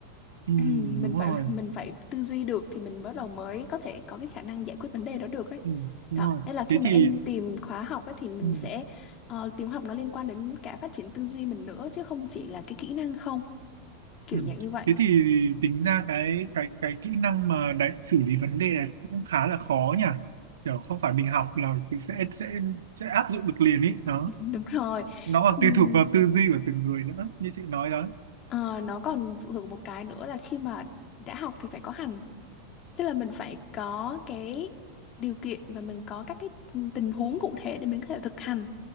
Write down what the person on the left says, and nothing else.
Ừ, Mình
phải
mình phải tư duy được thì mình bắt đầu mới có thể có cái khả năng giải quyết vấn đề đó được ấy.
Đó,
nên là khi
mà
em tìm khóa học ấy thì mình
sẽ ờ, tìm học nó liên quan đến cả phát triển tư duy mình nữa chứ không chỉ là cái kỹ năng không, kiểu
dạng như vậy.
<laughs> Đúng rồi.
Ừm,
ờ, nó còn phụ thuộc một cái nữa là khi mà đã học thì phải có hành Tức là mình phải có cái điều kiện và mình có các cái tình huống cụ thể để mình có thể thực hành.